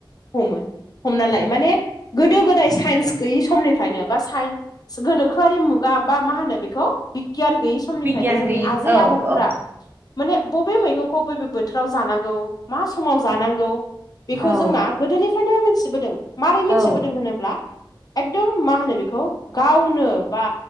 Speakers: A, on the left; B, on the right.
A: हमो हमना लायो
B: औ
A: माने गोदो गोदाय साइन्स गैयि समनिफ्रायनो बा साइन्स गोनोखोआरि मुगा बा मा होनो बेखौ बिगियान गैयि समनिफ्रायनो
B: बिगियान
A: जोंनि
B: गैयि
A: आजै
B: औ
A: आबौफोरा
B: औ
A: माने बबे मैगंखौ बबे बोथोराव जानांगौ मा समाव जानांगौ बेखौ
B: औ
A: जोंना गोदोनिफ्रायनो मिथिबोदों मारै मिथिबोदों
B: औ
A: होनोब्ला एकदम मा होनो बेखौ गावनो बा